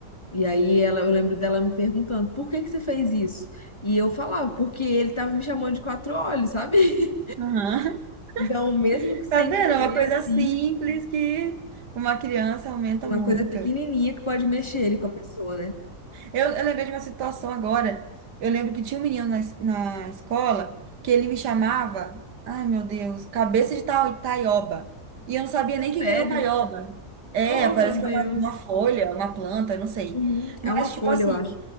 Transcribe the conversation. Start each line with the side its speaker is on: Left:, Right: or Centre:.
Left: E aí ela, eu lembro dela me perguntando, por que que você fez isso? E eu falava, porque ele tava me chamando de quatro olhos, sabe? <laughs>
Right: Aham. <laughs>
Left: Então, mesmo que sem
Right: Tá vendo?
Left: querer,
Right: É Uma coisa
Left: assim,
Right: simples que uma criança aumenta
Left: uma
Right: muito.
Left: coisa pequenininha que pode mexer ele com a pessoa, né?
Right: Eu, eu lembrei de uma situação agora. Eu lembro que tinha um menino na, es- na escola que ele me chamava, ai meu Deus, cabeça de tai- taioba. E eu não sabia nem o que
Left: Sério?
Right: que era taioba. É,
Left: Oh,
Right: parece
Left: meu
Right: que
Left: Deus.
Right: é uma, uma folha, uma planta, eu não sei.
Left: Uhum. É
Right: Mas,
Left: uma folha,
Right: tipo assim,
Left: eu acho.